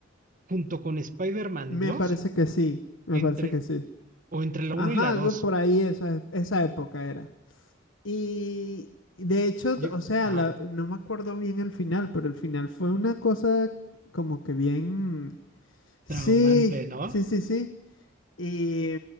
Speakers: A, on the right; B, on the left.
A: junto con Spider-Man
B: Me
A: 2,
B: parece que sí, me
A: entre,
B: parece que sí.
A: o entre la
B: Ajá,
A: uno y la
B: algo
A: dos.
B: por ahí, esa, esa época era. Y y de hecho,
A: Yo,
B: o sea,
A: ajá,
B: la- no me acuerdo bien el final, pero el final fue una cosa como que bien... Sí,
A: traumante, ¿no?
B: sí, sí, sí. Y,